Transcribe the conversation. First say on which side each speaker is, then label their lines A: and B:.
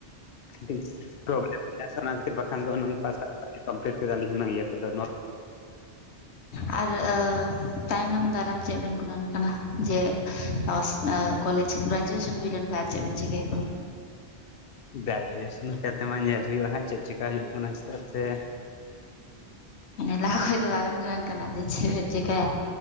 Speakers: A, on the left (about 65°); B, on the left (about 80°).
A: <unintelligible> ᱚᱱᱟ ᱠᱷᱟᱹᱛᱤᱨ ᱵᱟᱠᱷᱟᱱ ᱫᱚ ᱯᱟᱥᱼᱟᱜ ᱠᱚᱢᱯᱞᱤᱴ ᱠᱮᱫᱟᱞᱤᱧ ᱦᱩᱱᱟᱝ ᱤᱭᱟᱹ ᱠᱚᱫᱚ ᱱᱚᱣᱟ
B: ᱦ <inaudible> ᱟᱨ ᱛᱟᱭᱱᱚᱢ ᱫᱟᱨᱟᱢ ᱪᱮᱫ ᱵᱮᱱ ᱜᱩᱱᱟᱹᱱ ᱠᱟᱱᱟ ᱡᱮ ᱯᱟᱥ ᱠᱚᱞᱮᱡᱽ ᱜᱨᱟᱡᱩᱭᱮᱥᱚᱱ ᱦᱩᱭ ᱞᱮᱱ ᱠᱷᱟᱨ ᱟᱨ ᱪᱮᱫ ᱵᱤᱱ ᱪᱤᱠᱟᱹᱭᱟ?
A: ᱜᱨᱟᱡᱩᱭᱮᱥᱚᱱ ᱠᱟᱛᱮ ᱢᱟ ᱧᱮᱞ ᱦᱩᱭᱩᱜᱼᱟ ᱦᱟᱸᱜ ᱪᱮᱫ ᱪᱮᱠᱟ ᱦᱩᱭᱩᱜ ᱠᱟᱱᱟ ᱪᱮᱫᱟᱜ ᱥᱮ
B: ᱢᱟᱱᱮ ᱞᱟᱦᱟ ᱠᱷᱚᱡ ᱫᱚ ᱵᱟᱵᱮᱱ ᱠᱟᱱᱟ ᱡᱮ ᱪᱮᱫ ᱵᱮᱱ ᱪᱤᱠᱟᱹᱭᱟ?